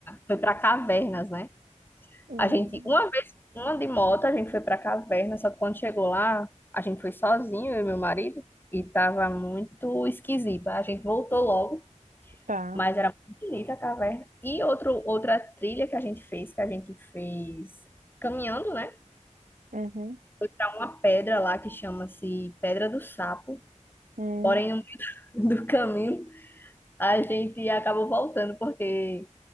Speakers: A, on the left; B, on the right.
A: Foi para cavernas, né?
B: hum,
A: A gente, uma vez, uma de moto, a gente foi para caverna, só que quando chegou lá, a gente foi sozinho, eu e meu marido. E tava muito esquisito. Aí A gente voltou logo
B: tá.
A: Mas era muito bonita a caverna. E outro, outra trilha que a gente fez, que a gente fez caminhando, né?
B: Uhum,
A: para uma pedra lá que chama-se Pedra do Sapo.
B: uhum.
A: Porém, no meio <laughs> do caminho, a gente acabou voltando, porque